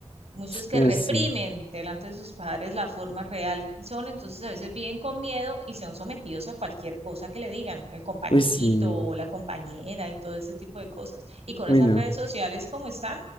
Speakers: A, on the right; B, on the left.
A: muchos que
B: Uy,
A: reprimen
B: sí,
A: delante de sus padres la forma real que son, entonces a veces viven con miedo y son sometidos a cualquier cosa que le digan, el compañerito
B: uy, sí,
A: o la compañera y todo ese tipo de cosas. Y con
B: uy,
A: esas
B: no.
A: redes sociales como están,